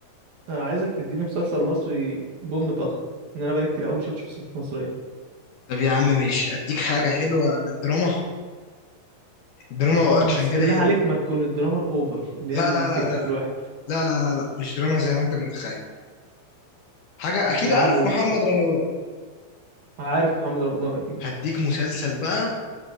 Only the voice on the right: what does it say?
انا عايزك تديني مسلسل مصري بوم طخ ان انا بقالي كتير قوي ما شفتش مسلسلات مصريه
بس
بالله
عليك ما تكون الدراما الاوفر اللي
هي اللي
تقرف
الواحد
يا
عم قول
عارف محمد رمضان اكيد